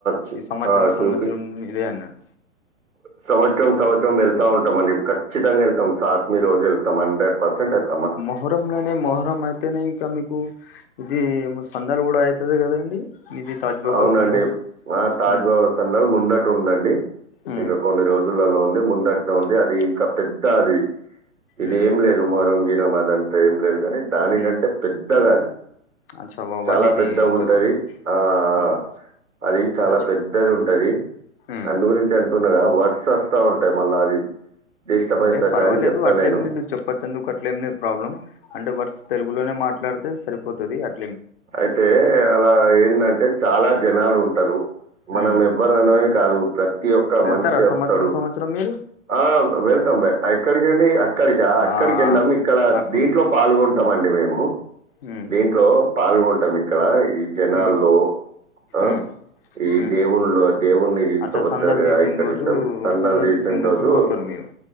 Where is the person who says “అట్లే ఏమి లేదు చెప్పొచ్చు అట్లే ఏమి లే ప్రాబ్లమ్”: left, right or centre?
Left